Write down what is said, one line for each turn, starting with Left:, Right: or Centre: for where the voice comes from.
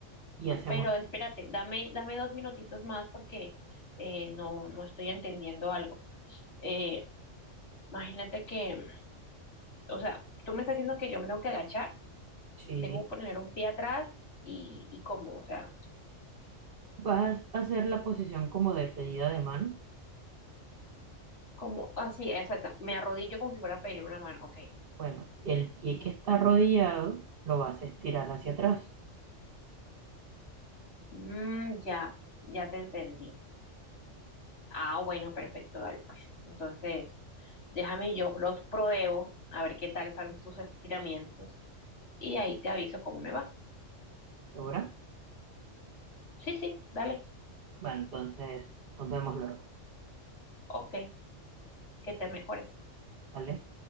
Right: y hacemos.
Left: pero espérate, dame, dame dos minutitos más porque eh, no, no estoy entendiendo algo. Eh, imagínate que, o sea, tú me estás diciendo que yo me tengo que agachar,
Right: Si
Left: tengo que poner un pie atrás y, y cómo, o sea.
Right: vas a hacer la posición como de pedida de mano,
Left: Como, así, exacto. Me arrodillo como si fuera a pedir una mano. Ok.
Right: bueno, el pie que está arrodillado lo vas a estirar hacia atrás,
Left: Mm, ya, ya te entendí. Ah, bueno, perfecto, dale, pues. Entonces, déjame yo los pruebo, a ver qué tal salen sus estiramientos. Y ahí te aviso cómo me va.
Right: ¿segura?
Left: Sí, sí, dale.
Right: Bueno, entonces nos vemos luego,
Left: Ok, que te mejores.
Right: ¿vale?